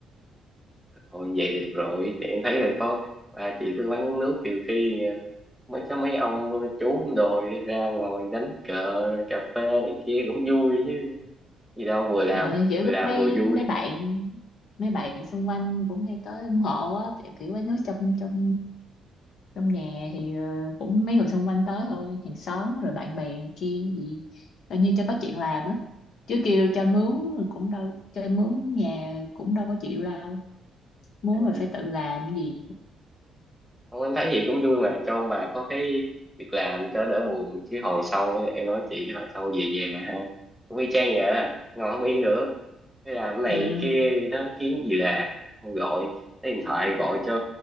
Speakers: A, in the centre; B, on the left (about 65°).
A: thôi vậy được rồi thì em thấy là có ba chị cứ quán nước nhiều khi ờ, mấy cái mấy ông chú đồi ra ngồi đánh cờ cà phê này kia cũng vui chứ gì đâu vừa làm
B: nào thì kiểu
A: vừa
B: có
A: làm
B: mấy
A: vừa vui
B: mấy bạn mấy bạn xung quanh cũng hay tới ủng hộ á kiểu kiểu quán nước trong trong trong nhà thì ờ, cũng mấy người xung quanh tới thôi hàng xóm rồi bạn bè này kia gì coi như cho có chuyện làm á chứ kêu cho mướn cũng đâu cho mướn nhà cũng đâu có chịu đâu muốn
A: Ừ,
B: là phải tự làm gì
A: không em thấy gì cũng vui mà cho ông bà có cái việc làm cho đỡ buồn chứ hồi sau em nói chị hồi sau về về hả cũng y chang vậy à. ngồi không yên được thế làm cái này
B: ừ
A: kia đó kiếm gì làm Không gọi lấy điện thoại gọi cho